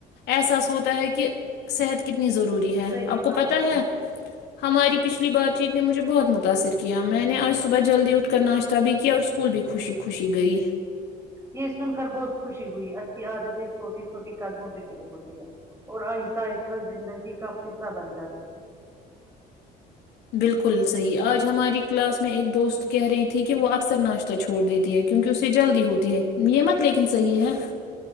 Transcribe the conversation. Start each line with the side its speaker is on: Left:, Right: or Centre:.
Left: احساس ہوتا ہے کہ صحت کی ضروری ہے
Right: صحیح
Left: آپ کو
Right: بات
Left: پتا
Right: صحیح
Left: ہے
Right: بات
Left: ہماری پچھلی بات چیت نے مجھے بہت م متاثر کیا میں نے آج صبح جلدی اٹھ کر ناشت تبھی کیا اور اسکول بھی خوشی خوشی گئی
Right: یہ سن کر بہت خوشی ہوئی ہے اچھی عادتیں چھوٹے چھوٹے قدموں سے شرو ہوتی ہے اور آہستہ آہستہ زندگی کا قصہ بن جاتی ہے
Left: بالکل صحیح آج ہماری کلاس میں ایک دوست کہہ رہی تھی کہ وہ اکثر ناشتہ چھوڑ دیتی ہے کیونکہ اسے جلدی ہوتی ہے یہ مت لیکن صحیح ہے